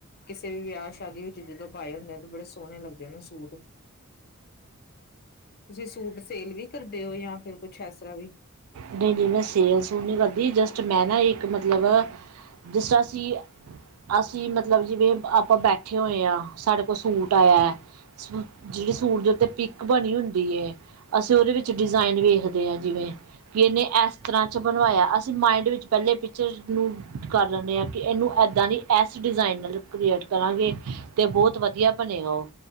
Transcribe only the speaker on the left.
ਕਿਸੇ ਵੀ ਵਿਆਹ ਸ਼ਾਦੀ ਵਿੱਚ ਜਦੋਂ ਪਾਏ ਹੁੰਦੇ ਨੇ ਤੇ ਬੜੇ ਸੋਹਣੇ ਲੱਗਦੇ ਨੇ ਸੂਟ ਤੁਸੀਂ ਸੂਟ ਸੇਲ ਵੀ ਕਰਦੇ ਹੋ ਜਾਂ ਫਿਰ ਕੁਛ ਵੀ